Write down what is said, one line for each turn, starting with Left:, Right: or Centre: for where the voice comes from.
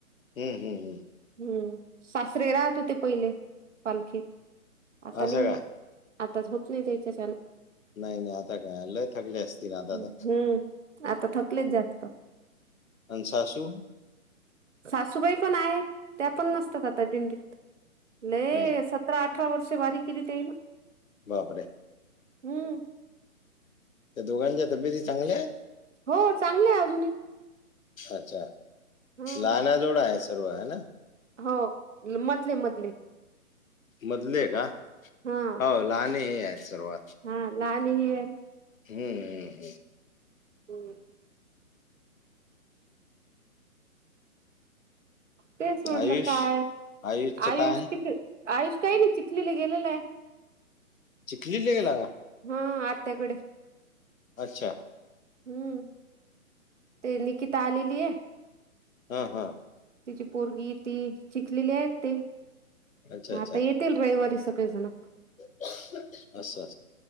Left: हम्म हम्म हम्म.
Right: हम्म सासरे राहत होती‌ पहिले. पालखीत आता
Left: असं
Right: नाही
Left: का
Right: ये. आताच होत नाही त्याच्या छान.
Left: नाही नाही आता काय लय थकले असतील आता
Right: हम्म
Left: ना.
Right: आता थकलेत जास्तं.
Left: अन सासू.
Right: सासूबाई पण आहे, त्या पण नसतात आता दिंडीत लय
Left: नाही
Right: तर अठरा वर्ष बारी केली तेई
Left: बापरे
Right: हम्म.
Left: त्या दोघांच्या तब्येती चांगल्यायेत?
Right: हो चांगले आहे अजूनही.
Left: अच्छा
Right: हम्म
Left: लहानाजोडा आहे सर्व हा ना..
Right: हो मधले मधले.
Left: मधले का?
Right: हं.
Left: हो लहान हे आहेत सर्व.
Right: हा लाली मिरण.
Left: ह्यां ह्यां ह्यां.
Right: हम्. तेच म्हटल
Left: आयुष
Right: काय?
Left: आयुषचं
Right: आयुष
Left: काय
Right: चख आयुष काही नाही. चिखलीला गेलेला आहे.
Left: चिखलीला गेला का?.
Right: हाम्म आत्याकडे.
Left: अच्छा.
Right: हम्म ते निकिता आलेली आहे.
Left: हा हा.
Right: तिची पोरगी ती चीखलीला येतील आता
Left: अच्छा अच्छा
Right: येतील.. येतील रविवारी सगळे जण.
Left: असं असं.